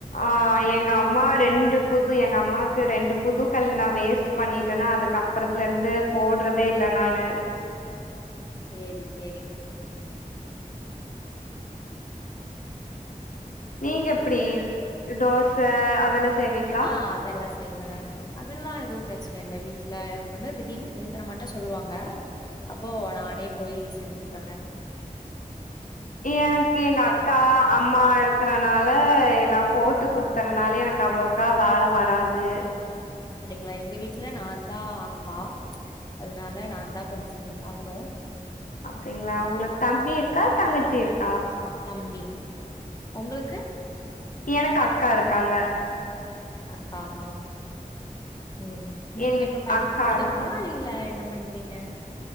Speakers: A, on the left (about 65°); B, on the left (about 25°).
A: ஆ எங்கம்மா ரெண்டு புது எங்க அம்மாக்கு ரெண்டு புது கல்லு நா வேஸ்ட் பண்ணிட்டனா அதுக்கப் பறத்துலருந்து போட்றதே இல்ல நானு
B: சேரி சேரிங்க
A: நீங்க எப்டி தோச அதெல்லா செய்வீங்களா
B: ஆ அதெல்லா செய்வே நானு அதெல்லா எதுவு பிரச்சன இல்ல வீட்ல எனக்கு வந்து திடீர்னு செஞ்சி தர மாட்டே சொல்லுவாங்க அப்போ நானே போயி செஞ்சிப்பங்க
A: எனக்கு எங்க அக்கா அம்மா இருக்கறனால எல்லா போட்டு குடுத் தறனாலே எனக்கு அவ்ளோக்கா வேல வராது
B: அப்டிங்ளா எங்க வீட்ல நாந்தா அக்கா அதனால நாந்தா கொஞ்சோ செஞ்சாகணு
A: அப்டிங்ளா உங்களுக்கு தம்பி இருக்கா தங்கச்சி இருக்கா
B: தம்பி உங்ளுக்கு
A: எனக்கு அக்கா இருக்காங்க
B: அக்காவா ம் நீங்க
A: எங்
B: இப்ப படிக்கிறீங்ளா
A: அக்கா இருக்காங்க
B: இல்ல என்ன பண்றீங்க